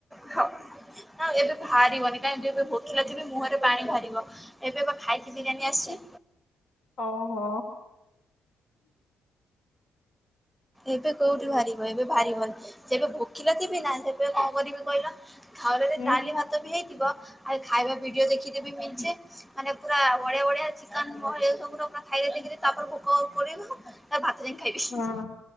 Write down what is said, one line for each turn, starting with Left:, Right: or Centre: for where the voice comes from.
Centre: ହଁ ଏବେ ବାହାରିବନି କାଇଁ ଏବେ ଏବେ ଭୋକିଲା ଥିବି ମୁହରେ ପାଣି ବାହାରିବ ଏବେ ପା ଖାଇକି ବିରିୟାନୀ ଆସିଛି।
Left: ଓ ହୋ।
Centre: ଏବେ କୋଉଠି ବାହାରିବ ଏବେ ବାହାରିବନି ଯେବେ ଭୋକିଲା ଥିବି ନା ସେବେ କଣ କରିବି କହିଲ? ଘରେ
Left: ହୁଁ,
Centre: ଡାଲି ଭାତ ବି ହେଇ ଥିବ ଆଗ ଖାଇବା ଭିଡିଓ ଦେଖି ଦେବି ମେଞ୍ଚେ ମାନେ ପୁରା ବଢିଆ ବଢିଆ ଚିକେନ ବହେ ସବୁ ର ଖାଇବା ଦେଖିଦେବି ତାପରେ ଭୋକ କରିବ ତା ଭା ଯାଇଁକି ଖାଇବିି।
Left: ହଁ